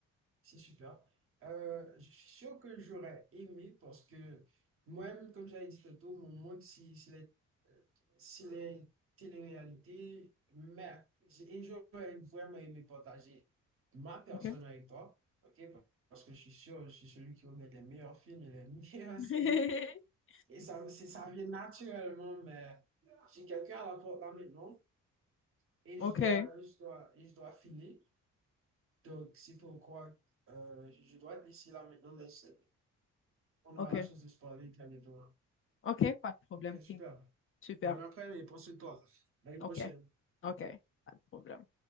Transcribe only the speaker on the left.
OK?
<laughs>
OK,
OK,
OK, pas de problème.
Think.
Super.
OK,
OK, pas de problème.